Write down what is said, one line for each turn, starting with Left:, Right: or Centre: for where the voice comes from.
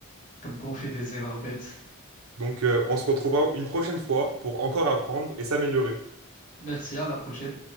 Left: comme quoi on fait des erreurs bêtes.
Right: Donc, euh, on se retrouvera une prochaine fois pour encore apprendre et s'améliorer.
Left: Merci, à la prochaine.